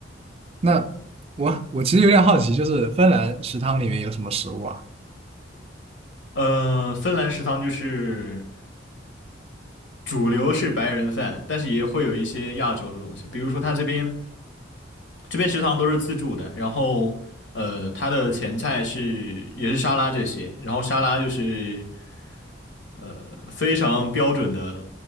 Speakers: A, on the right; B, on the left.
A: 那我我其实有点好奇，就是芬兰食堂里面有什么食物啊？
B: 呃，芬兰食堂就是主流是白人饭，但是也会有一些亚洲的东西，比如说他这边这边食堂都是自助的，然后呃，它的前菜是也是沙拉这些，然后沙拉就是。呃，非常标准的